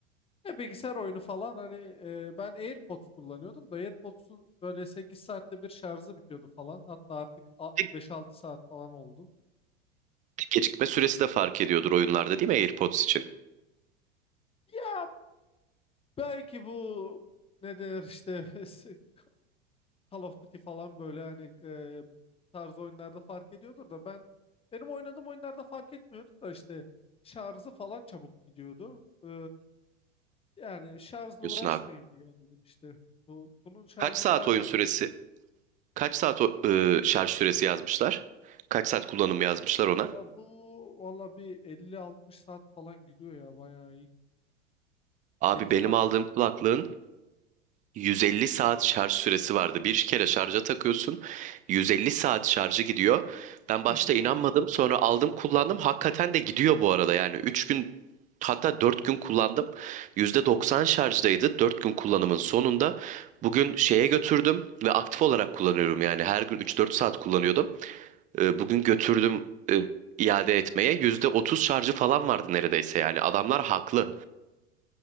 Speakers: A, on the left (about 15°); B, on the right (about 20°).
A: Ya bilgisayar oyunu falan hani e, ben AirPods kullanıyordum da AirPods'un böyle 8 saatte bir şarjı bitiyordu falan. Hatta artık a-
B: Bir,
A: 5-6 saat falan oldu.
B: bir gecikme süresi de fark ediyordur oyunlarda değil mi AirPods için?
A: Ya belki bu ne denir işte <laughs> Call of Duty falan böyle hani e, tarz oyunlarda fark ediyordur da ben benim oynadığım oyunlarda fark etmiyordu da işte şarjı falan çabuk gidiyordu. E, yani şarjla
B: Diyorsun
A: uğraşmayayım
B: abi.
A: diye aldım işte. Bu, bunun şarjı
B: Kaç saat
A: bayağı
B: oyun
A: bir
B: süresi?
A: gidiyor.
B: Kaç saat o- e, şarj süresi yazmışlar? Kaç saat kullanım yazmışlar ona?
A: Aa, bu valla bir 50-60 saat falan gidiyor ya bayağı iyi.
B: Abi
A: 50
B: benim
A: saat
B: aldığım
A: falan.
B: kulaklığın 150 saat şarj süresi vardı. Bir kere şarja takıyorsun. 150 saat şarjı gidiyor. Ben
A: <laughs>
B: başta
A: Bayağı
B: inanmadım.
A: oldu.
B: Sonra aldım kullandım. Hakikaten de gidiyor bu arada. Yani üç gün hatta 4 gün kullandım. %90 şarjdaydı. dört gün kullanımın sonunda bugün şeye götürdüm ve aktif olarak kullanıyorum. Yani her gün üç dört saat kullanıyordum. Ee, Bugün götürdüm e, iade etmeye. %30 şarjı falan vardı neredeyse. Yani adamlar haklı.